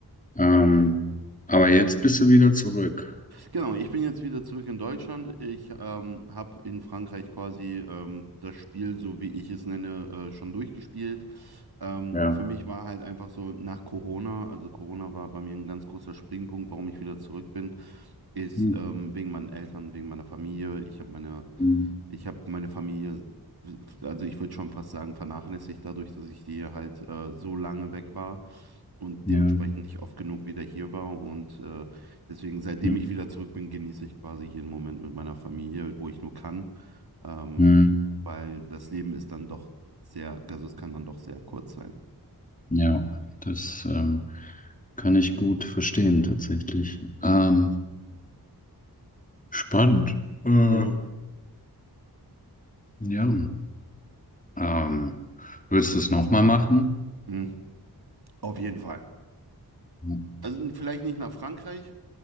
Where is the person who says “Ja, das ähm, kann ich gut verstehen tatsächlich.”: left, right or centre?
Left